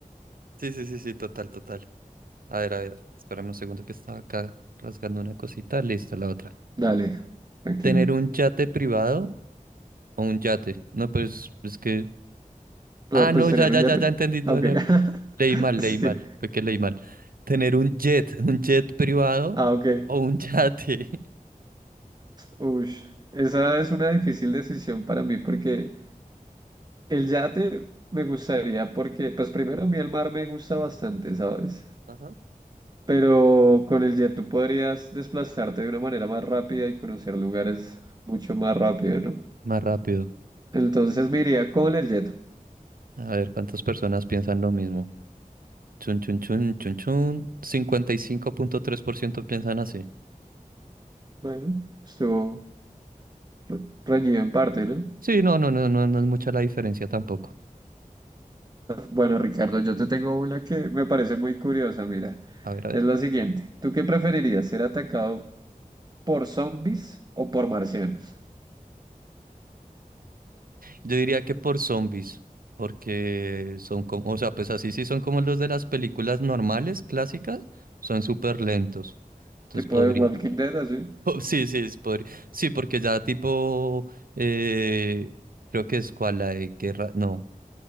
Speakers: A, on the right; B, on the right.
A: Sí, sí, sí, sí, total, total. A ver, a ver, espérame un segundo que estaba acá rasgando una cosita. Listo, la otra.
B: dale, tranquilo.
A: ¿Tener un yate privado o un yate? No, pues es que...
B: No,
A: Ah,
B: pues
A: no,
B: tener
A: ya, ya,
B: un yate.
A: ya, ya entendí. No,
B: Ah, Ok.
A: no.
B: <laughs>
A: Leí mal,
B: Es
A: leí
B: que,
A: mal. Fue que leí mal. ¿Tener un jet, un jet privado
B: ah, ok.
A: o un <laughs> yate?
B: Uy, esa es una difícil decisión para mí porque el yate me gustaría, porque, pues, primero a mí el mar me gusta bastante, ¿sabes?
A: Ajá.
B: Pero con el jet tú podrías desplazarte de una manera más rápida y conocer lugares mucho más rápido, ¿no?
A: Más rápido.
B: Entonces me iría con el jet.
A: A ver, ¿cuántas personas piensan lo mismo? Chun, chun, chun, chun, chun. cincuenta y cinco punto tres por ciento piensan así.
B: Bueno, estuvo re- reñido en parte, ¿no?
A: Sí, no, no, no, no, no es mucha la diferencia tampoco.
B: Bueno, Ricardo, yo te tengo una que me parece muy curiosa, mira.
A: A ver, a ver.
B: Es la siguiente. ¿Tú qué preferirías, ser atacado por zombies o por marcianos?
A: Yo diría que por zombies, porque son como, o sea, pues así sí son como los de las películas normales, clásicas, son súper lentos. Entonces
B: Tipo
A: podría.
B: de Walking
A: <laughs>
B: Dead, así.
A: Oh, sí, sí, es podría. Sí, porque ya tipo, eh, creo que es cual la de guerra, no.